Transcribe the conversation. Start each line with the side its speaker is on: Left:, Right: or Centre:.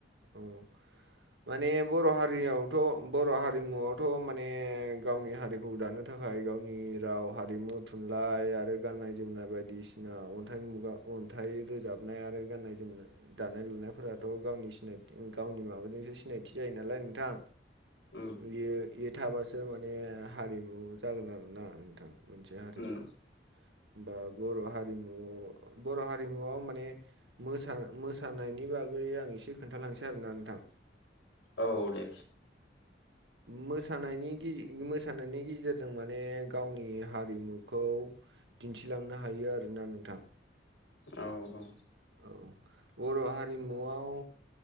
Right: ओं माने बर' हारियावथ' बर' हारिमुआवथ' माने गावनि हारिखौ दानो थाखाय गावनि राव हारिमु थुनलाइ आरो गाननाय जोमनाय बायदिसिना अन्थाइ मुगा अन्थाइ रोजाबनाय आरो गाननाय जोमनाय दानाय लुनायफोराथ' गावनि सिनाय गावनि माबाजोंसो सिनायथि जायो नालाय नोंथां।
Left: उम
Right: बियो थाबासो माने हारिमु जागोन आरोना नोंथां मोनसे हारिमु।
Left: उम
Right: होमबा बर' हारिमु बर' हारिमुआ माने मोसा मोसानायनि बागै आं एसे खोन्था लांनोसै आरोना नोंथां औ।
Left: औ दे
Right: मोसानायनि गेजे मोसानायनि गेजेरजों माने गावनि हारिमुखौ दिन्थिलांनो हायो आरोना नोंथां।
Left: औ औ।
Right: औ बर' हारिमुआव